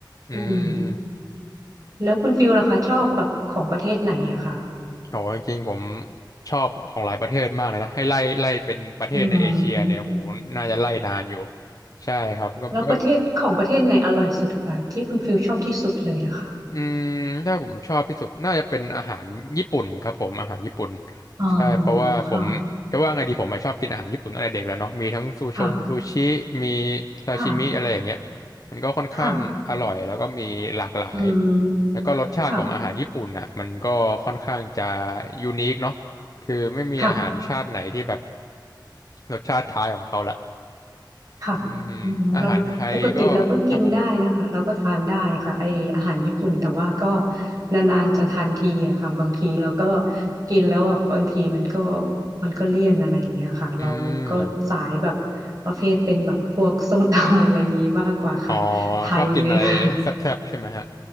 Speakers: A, on the left; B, on the right.
A: อืม
B: อืมแล้วคุณฟิลล่ะคะชอบแบบของประเทศไหนอะคะ
A: โหจริงๆผมชอบของหลายประเทศมากเลยนะให้ไล่ไล่เป็นประเทศในเอเชียเนี่ยโหน่าจะไล่นานอยู่
B: อืม
A: ใช่ครับก็ก็
B: แล้วประเทศของประเทศไหนอร่อยสุดคะที่คุณฟิลชอบที่สุดเลยอะค่ะ
A: อืมถ้าผมชอบที่สุดน่าจะเป็นอาหารญี่ปุ่นครับผมอาหารญี่ปุ่น
B: อ๋อ
A: ใช่เพราะว่าผมจะว่าไงดีผมมาชอบกินอาหารญี่ปุ่นตั้งแต่เด็กแล้วเนาะมีทั้งซูชงซูชิมี
B: ค่ะค่ะ
A: ซาชิมิอะไรอย่างเงี้ย
B: ค่ะ
A: มันก็ค่อนข้างอร่อยแล้วก็มีหลากหลาย
B: ค่ะอืมค่ะ
A: แล้วก็รสชาติของอาหารญี่ปุ่นน่ะมันก็ค่อนข้างจะยูนิคเนาะคือไม่มีอาหารชาติไหนที่แบบ
B: ค่ะ
A: รสชาติคล้ายของเขาละ
B: ค่ะอืมเราปกติเราก็กินได้นะคะเราก็ทานได้ค่ะไออาหารญี่ปุ่นแต่ว่าก็
A: อืมอาหารไทยก็ครับผม
B: นานๆจะทานทีอะค่ะบางทีเราก็กินแล้วแบบบางทีมันก็มันก็เลี่ยนอะไรอย่างเงี้ยค่ะเราก็สายแบบประเภทเป็นแบบพวกส้มตำ
A: อืม
B: <laughs> อะไรอย่างงี้มากกว่าค่ะไทยเลยค่ะ
A: อ๋อชอบกินอะไรแซ่บๆใช่ไหมฮะ